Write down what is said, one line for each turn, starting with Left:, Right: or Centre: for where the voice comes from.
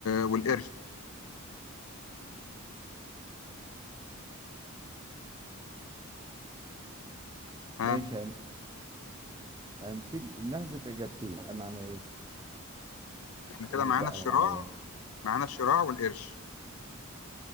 Left: والقرش ها
Right: ماشي هن- هنشيل نحذف اجابتين بقى معنى ايه
Left: احنا كده
Right: إيه اللي
Left: معانا
Right: اتبقى
Left: الشراع
Right: معايا
Left: معانا الشراع والقرش